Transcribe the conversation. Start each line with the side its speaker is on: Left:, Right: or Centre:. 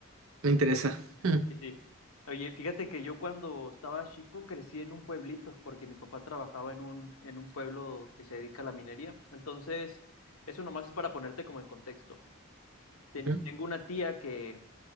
Right: Me interesa. Mm,
Left: Sí, sí. Oye, fíjate que yo cuando estaba chico crecí en un pueblito porque mi papá trabajaba en un, en un pueblo que se dedica a la minería. Entonces, eso nomás es para ponerte como en contexto. Ten-
Right: ujú,
Left: tengo una tía que